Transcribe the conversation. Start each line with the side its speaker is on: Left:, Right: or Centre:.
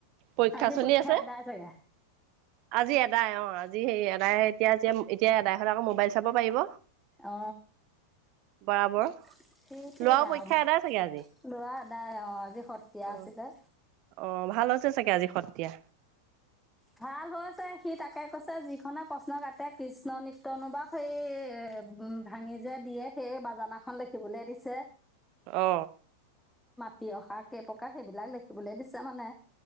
Right: পৰীক্ষা
Centre: আজি
Right: চলি আছে।
Centre: আদায় চাগে
Right: আজি এদাই অ আজি সেই এদাই এতিয়া এতিয়া এদাই হলে আকৌ মোবাইল চাব পাৰিব।
Centre: অ।
Right: বৰাবৰ।
Centre: সেইটোৱে
Right: ল'ৰাও পৰীক্ষা এদাই চাগে আজি
Centre: ল'ৰা এদাই অ আজি সত্ৰীয়া
Right: অ
Centre: আছিলে।
Right: অ ভাল হৈছে চাগে আজি সতীয়া।
Centre: ভাল হৈছে সি তাকে কৈছে যিখনে প্ৰশ্ন কাটে কৃষ্ণ নিত্যনোবা সেই। এ উম ভাঙি যে দিয়ে সেই বাজানাখন লেখিবলে দিছে।
Right: অ।
Centre: তিয়হা কেইপকা সেইবিলাক ল দেখিবলৈ দিছে মানে।